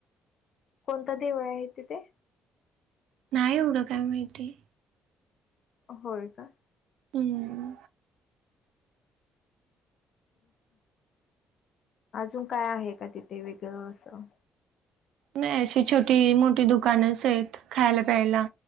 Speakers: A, on the left; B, on the right.
A: कोणतं देऊळ आहे तिथे?
B: नाही एवढं काय माहिती?
A: होय का?
B: हूं ऊ.
A: <inaudible> अजून काय आहे का तिथे वेगळं असं?
B: नाही, अशी छोटी मोठी दुकानंच हायेत. खायला प्यायला